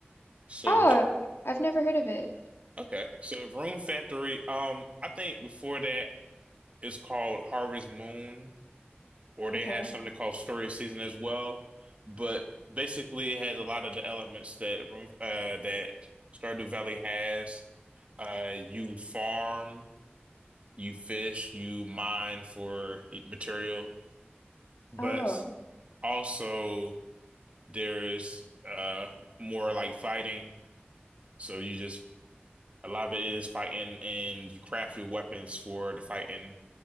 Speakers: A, on the right; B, on the left.
A: So
B: Oh, I've never heard of it.
A: okay. So Rune Factory, um, I think before that it's called Harvest Moon, or they
B: Okay.
A: have something called Story Season as well. But basically, it has a lot of the elements that Room uh, that Stardew Valley has. Uh, you farm, you fish, you mine for material, but
B: Oh.
A: also there's uh more like fighting. So you just a lot of it is fighting, and you craft your weapons for the fighting.